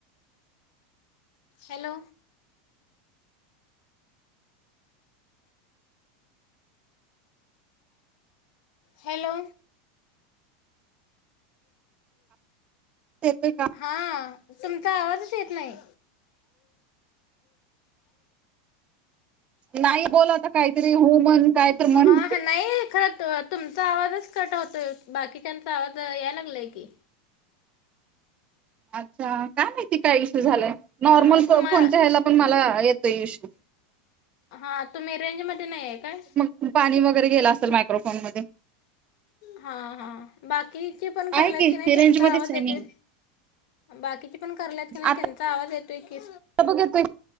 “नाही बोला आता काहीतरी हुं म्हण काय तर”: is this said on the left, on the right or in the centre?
Right